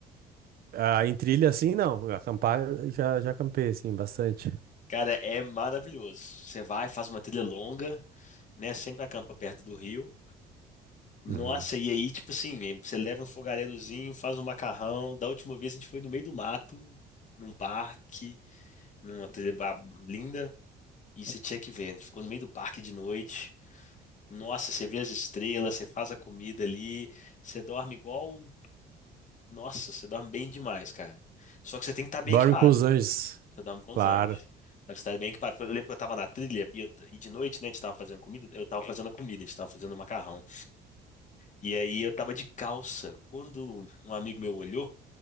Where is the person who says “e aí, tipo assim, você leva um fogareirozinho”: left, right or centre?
Left